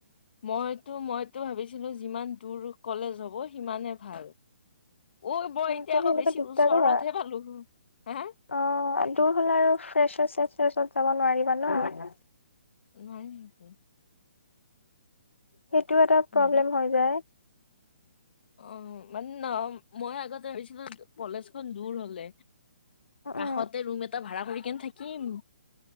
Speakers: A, on the left; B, on the left.
A: মইতো- মইতো ভাবিছিলো যিমান দূৰ কলেজ হ'ব সিমানে ভাল। ঐ মই এতিয়া
B: কিন্তু
A: আকৌ
B: এনেকুৱা
A: বেছি
B: দিগদাৰো
A: ওচৰতহে
B: হয়
A: পালো। হা
B: অ' দূৰ হ'লে আৰু ফ্ৰেচাৰ্চ চেচাৰচত যাব নোৱাৰিবা ন।
A: নোৱাৰি নেকি।
B: সেইটো এটা
A: নোৱাৰি
B: প্ৰব্লেম হৈ যায়।
A: অ' মানে ন মই আগতে ভাবিছিলো কলেজখন দূৰ হ'লে
B: উম
A: কাষতে ৰুম এটা ভাড়া কৰি কেনে থাকিম।